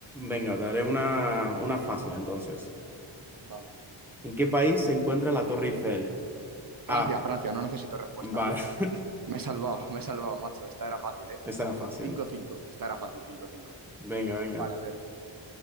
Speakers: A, in the centre; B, on the right (about 45°).
A: Venga, te haré una, una fácil entonces.
B: Vale.
A: ¿En qué país se encuentra la Torre Eiffel?
B: Francia,
A: A.
B: Francia, no necesito respuesta.
A: Vale,
B: Uf,
A: <laughs>
B: me he salvado, me he salvado, macho. Esta era fácil, eh
A: esta era fácil.
B: Cinco cinco. esta era fácil, Cinco cinco.
A: Venga, venga.
B: Vale, a ver.